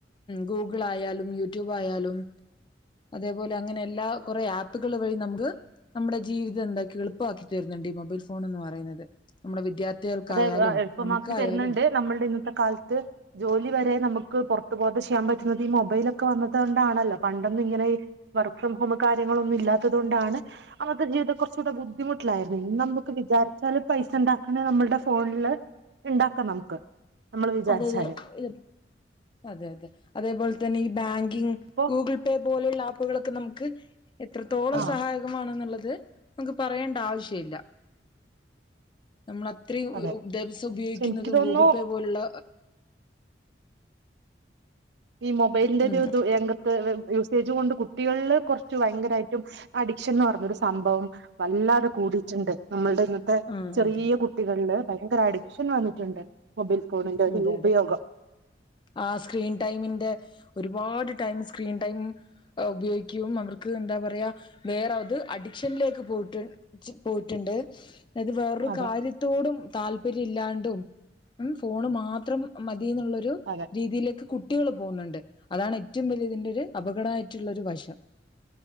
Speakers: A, on the left; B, on the right.
A: ഗൂഗിൾ ആയാലും യൂട്യൂബ് ആയാലും അതേപോലെ അങ്ങനെ എല്ലാ കുറേ ആപ്പുകൾ വഴി നമുക്ക് നമ്മുടെ ജീവിതം എന്താക്ക എളുപ്പമാക്കി തരുന്നുണ്ട് ഈ മൊബൈൽ ഫോൺന്ന് പറയുന്നത് നമ്മുടെ വിദ്യാർത് കൾക്കായാലും
B: അത് എളുപ്പമാക്കി
A: നമുക്കായാലും
B: തരുന്നുണ്ട് നമ്മളുടെ ഇന്നത്തെ കാലത്ത് ജോലി വരെ നമുക്ക് പുറത്തു പോകാതെ ചെയ്യാൻ പറ്റുന്നുന്നത് ഈ മൊബൈലൊക്കെ വന്ന തൊണ്ടാണല്ലോ പണ്ടൊന്ന ഇങ്ങനെ വർക്ക് ഫ്രോം ഹോം കാര്യ ങ്ങളൊന്നും ഇല്ലാത്തത് കൊണ്ടാണ് അത ജിവിതകൊർച്ചുടെ ബുദ്ധിമുട്ടായിരുന്നു ഇനി നമുക്ക് വിചാരിച്ചാലല് പൈസ ഉണ്ട അങ്ങ നമ്മുൾടെ ഫോണില് ഇണ്ടാക്കാം നമുക്ക് നമ്മള് വിചാരിച്ചാല്
A: അതെ അതെ ഇ അതെ അതെ അതേപോലെ തന്നെ ഈ ബാങ്ക് ഇൻക്
B: ഇപ്പൊ
A: ഗൂഗിൾ പേ പോലുള്ള ആ പ്പുകളൊക്കെ നമുക്ക് എത്രത്തോളം
B: ആ
A: സഹായകമാണെന്നുള്ളത് നമക്ക് പറയേണ്ട ആവശ്യ ഇല്ല നമ്മൾ അത്രയും
B: അതെ
A: ദിവസം ഉപയോഗിക്കുന്നതും
B: പക്ഷെ എനിക്ക് തോന്നുന്നു
A: ഗൂഗിൾ പേ പോലുള്ള
B: ഈ മൊബൈലിന്റെ
A: ഉം
B: ഒരിതു രംഗത്ത് <unintelligible> ഉം ഇജ്കൊണ്ട് കുട്ടികളില് കുറച്ച് ഭയങ്കരായിട്ട് അഡിക്ഷൻ എന്ന് പറഞ്ഞൊരു സംഭവം വല്ലാതെ കൂടിയിട്ടുണ്ട് നമ്മൾ ഇന്നത്തെ
A: ആ
B: ചെറിയ
A: അതെ
B: കുട്ടികളില് ഭയങ്കര അഡിക്ഷൻ വന്നിട്ടുണ്ട് മൊബൈൽ ഫോണിന്റെ ഒരു
A: അതെ
B: ഉപയോഗം
A: അതെ ആ സ്ക്രീൻ ടൈമിന്റെ ഒരുപാട് ടൈം സ്ക്രീൻ ടൈം ഉപയോഗിക്കും അവർക്ക് എന്താ പറയാ വേറത് അഡിക്ഷനിലേക്ക് പോയിട്ട് പോയിട്ടുണ്ട് തായത് വേറൊരു
B: അതെ
A: കാര്യത്തോടും താല്പര്യല്ലാണ്ടും ഉം ഫോണ് മാത്രം മതി <unintelligible>
B: അതെ
A: രീതിയിലേക്ക് കുട്ടികൾ പോകുന്നുണ്ട് അതാണ് ഏറ്റവും വലിയ ഇതിന്റെ ഒരു അപകടായിട്ടുള്ള ഒരു വശം